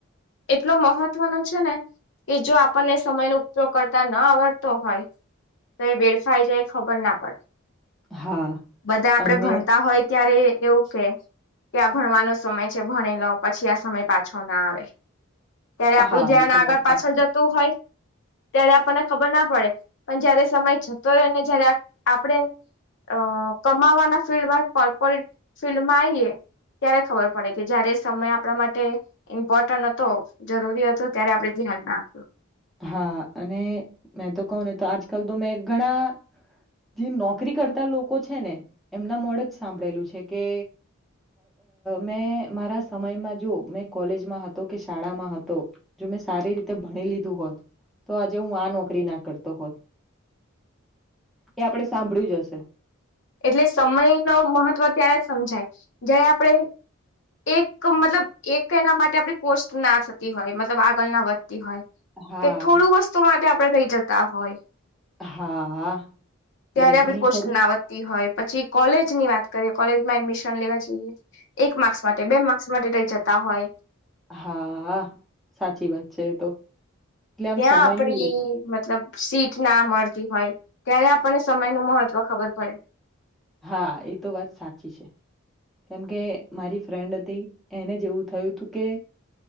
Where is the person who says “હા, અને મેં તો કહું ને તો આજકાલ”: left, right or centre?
Centre